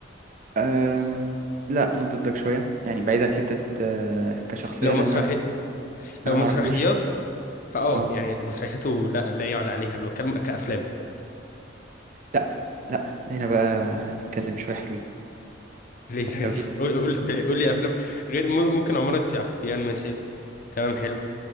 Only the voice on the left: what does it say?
لو
مسرحي
لو
مسرحيات
فاه
يعني مسرحيته لا لا يعلى عليها انا بتكلم كافلام
ليه طيب
<laughs> قول قول قول لي افلام غير م- ممكن عمارة يعقوبيان ماشي تمام حلو